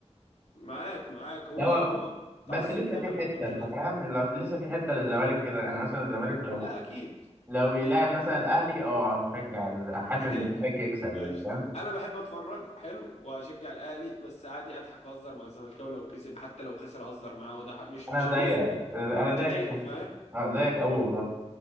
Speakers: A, on the left (about 80°); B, on the right (about 15°).
A: معاك معاك هو
B: ده هو
A: هو التعصب
B: بس لسه
A: ده
B: في
A: ما-
B: حته
A: ملوش
B: انت
A: لازمة
B: فاهم ال- لسه في حته للزمالك كده يعني مثلا الزمالك لو
A: لا أكيد
B: لو بيلاعب
A: أكيد
B: مثلا الاهلي اه هشجع ال- احب
A: <laughs>
B: ان الزمالك يكسب
A: قشطة
B: يعني فاهم
A: أنا بحب أتفرج حلو وأشجع الأهلي بس عادي أضحك وأهزر مع الزملكاوي لو كسب حتى لو خسر أهزر معاه وده حق- مش
B: انا
A: مش أغيظه
B: زي انا زيك
A: مش أضايقه فاهم
B: اه زيك قوي والله